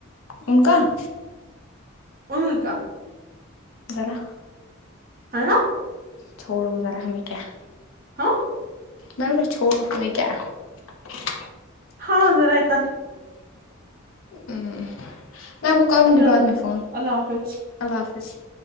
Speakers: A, on the left; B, on the right.
A: انن کا <inaudible>
B: ان کا <inaudible>
A: برا <inaudible>
B: ہ <inaudible>
A: چھوڑو ذرا ہمیں کیا <unintelligible>
B: ہاں <inaudible>
A: میں ب چھوڑ ہ میں کیا <unintelligible>
B: ہاںر آ <inaudible>
A: ہ میں آپ کو کروں
B: چلو
A: گی بعد میں فون
B: اللہ حافظ
A: اللہ حافظ <unintelligible>